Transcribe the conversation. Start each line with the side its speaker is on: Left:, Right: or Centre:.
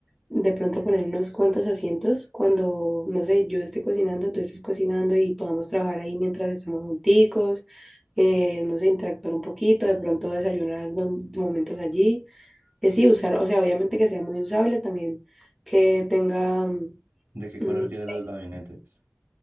Centre: De pronto poner unos cuantos asientos cuando, no sé, yo esté cocinando, tú estés cocinando y podamos trabajar ahí mientras estamos junticos. eh, no sé, interactuar un poquito, de pronto desayunar algunos momentos allí. Es sí, usar, o sea, obviamente que sea muy usable también, que tenga, mm,
Right: ¿De qué
Centre: no
Right: color quieres
Centre: sé,
Right: los gabinetes?